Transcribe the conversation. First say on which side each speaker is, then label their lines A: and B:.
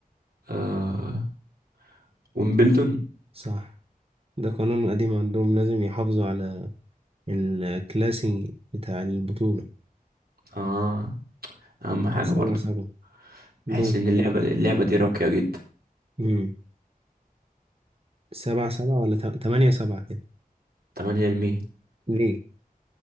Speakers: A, on the right; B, on the right.
A: آه ويمبلدون
B: صح ده قانون قديم عندهم لازم يحافظوا على الكلاسي بتاع البطولة
A: اه أهم حاجة
B: سبعة
A: برضه
B: سبعة
A: بحس
B: دور
A: إن اللعبة اللعبة دي راقية جدا
B: مم. سبعة سبعة ولا تا- تمانية سبعة كده
A: تمانية لمين
B: ليه